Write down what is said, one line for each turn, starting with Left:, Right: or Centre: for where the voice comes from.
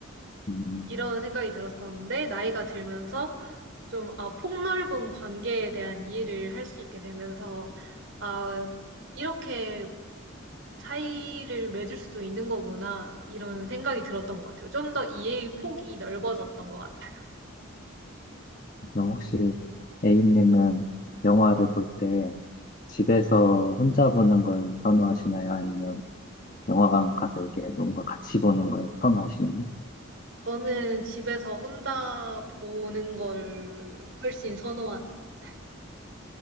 Left: 음,
Right: 이런 생각이 들었었는데, 나이가 들면서 좀, 아, 폭넓은 관계에 대한 이해를 할 수 있게 되면서, 아, 이렇게 차이를 맺을 수도 있는 거구나, 이런 생각이 들었던 것 같아요. 좀 더 이해의 폭이 넓어졌던 것 같아요.
Left: 그럼 혹시 A님은 영화를 볼 때 집에서 혼자 보는 걸 선호하시나요? 아니면 영화관 가서 이게 뭔가 같이 보는 걸 선호하시나요?
Right: 저는 집에서 혼자 보는 걸 훨씬 선호하는 것 같아요.